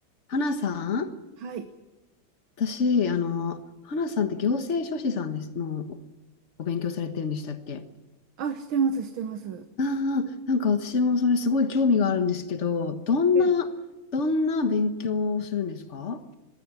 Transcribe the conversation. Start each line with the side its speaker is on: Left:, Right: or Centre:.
Left: 花さん
Right: はい。
Left: 私、あの、花さんって行政書士さんです、のおお勉強されてるんでしたっけ
Right: あ、してます、してます。
Left: ああ、なんか私もそれすごい興味があるんですけど、どんな、
Right: え
Left: どんな勉強をするんですか